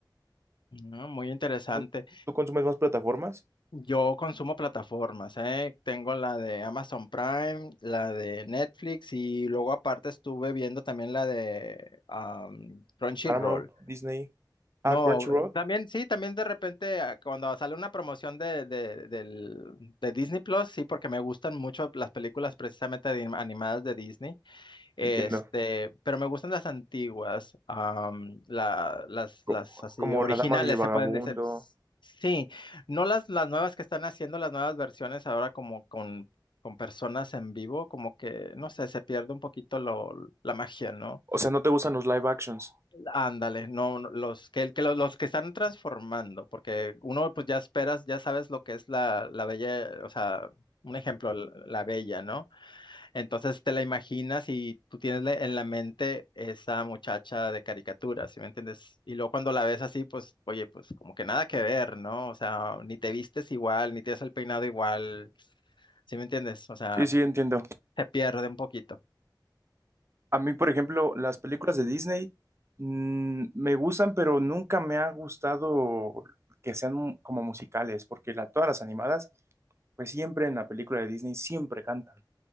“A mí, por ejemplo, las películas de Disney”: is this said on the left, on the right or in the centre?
Right